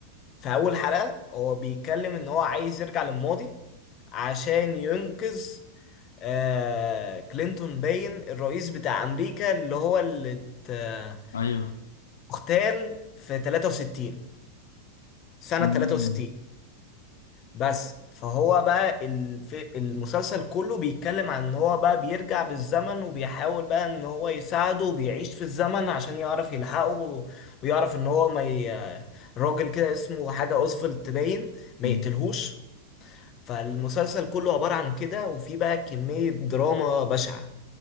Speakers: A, on the left; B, on the left.
A: في اول حلقه هو بيتكلم ان هو عايز يرجع للماضي عشان ينقذ آه كلينتون باين الرئيس بتاع امريكا اللي هو اللي ات- آه،
B: ايوه
A: اغتال في 63 سنه
B: مم.
A: 63 بس فهو بقى الف... المسلسل كله بيتكلم عن ان هو بقى بيرجع بالزمن وبيحاول بقى ان هو يساعده وبيعيش في الزمن عشان يعرف يلحقه و- ويعرف ان هو ما ي... راجل كده اسمه حاجة اوزفلد تباين ما
B: مم.
A: يقتلهوش فالمسلسل كله عبارة عن كده وفي بقى كمية دراما بشعة